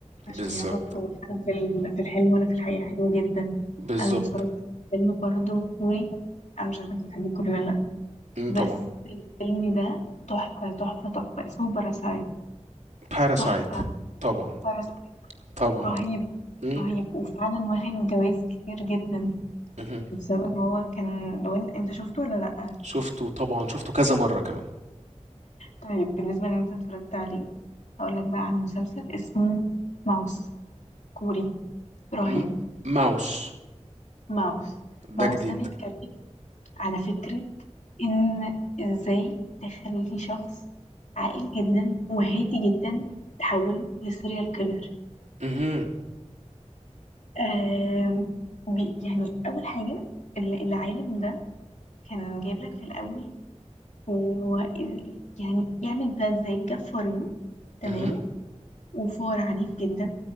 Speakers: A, on the left; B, on the right.
A: عشان
B: بالظبط
A: يعرف هو أنا في ال- في الحلم وأنا في الحقيقة حلو جدا
B: بالظبط
A: أنا اتفرجت على فيلم برضه كوري أنا مش عارفة أنت بتحب الكوري ولا لأ
B: مم،
A: بس
B: طبعا
A: الفيلم ده تحفة تحفة تحفة اسمه باراسايت
B: باراسايت
A: تحفة
B: طبعا
A: باراسايت
B: طبعا
A: رهيب
B: مم،
A: رهيب وفعلا واخد جوايز كتير جدا
B: مهم.
A: بسبب ان هو كان لو انت انت شفته ولا لأ
B: شفته طبعا شفته كذا مرة كمان
A: طيب بالنسبة ان انت اتفرجت عليه هقول لك بقى على مسلسل اسمه ماوس كوري رهيب
B: م- ماوس
A: ماوس
B: ده
A: ماوس
B: جديد
A: ده بيتكلم على فكرة إن إزاي تخلي شخص عاقل جدا وهادي جدا تحوله لسيريال كيلر
B: مهم.
A: آم، بي- يعني أول حاجة ال- العالم ده كان جايب لك في الأول هو إز- يعني يعمل ده إزاي جاب فارين تمام
B: مهم.
A: وفار عنيف جدا